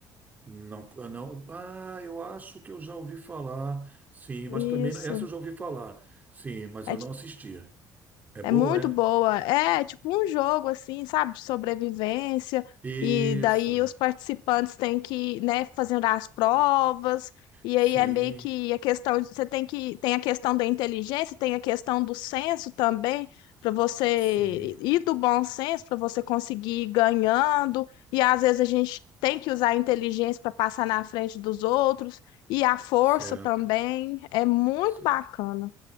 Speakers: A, on the right; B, on the left.
A: Não, ah, não. Ah, eu acho que eu já ouvi falar. Sim,
B: Isso.
A: mas também essa eu já ouvi falar. Sim, mas
B: É
A: eu não assisti. É boa,
B: É muito
A: é?
B: boa. É tipo um jogo assim, sabe, de sobrevivência.
A: Isso.
B: E daí os participantes têm que, né, fazendo as provas. E
A: Sim,
B: aí é meio que a questão, de- você tem que tem a questão da inteligência, tem a questão do senso também, para você
A: sim.
B: e do bom senso para você conseguir ir ganhando. E às vezes a gente tem que usar a inteligência para passar na frente dos outros e a força
A: Certo.
B: também. É muito
A: Ce-
B: bacana.